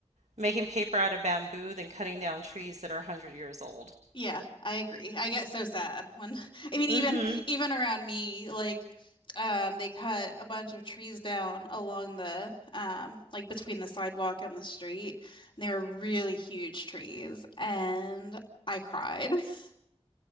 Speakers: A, on the right; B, on the left.
A: making paper out of bamboo than cutting down trees that are 100 years old.
B: Yeah, I agree. I get so sad when <laughs> I mean
A: hmm
B: even even around me, like um they cut a bunch of trees down along the um like between the sidewalk and the street. And they were really huge trees and I cried. <laughs>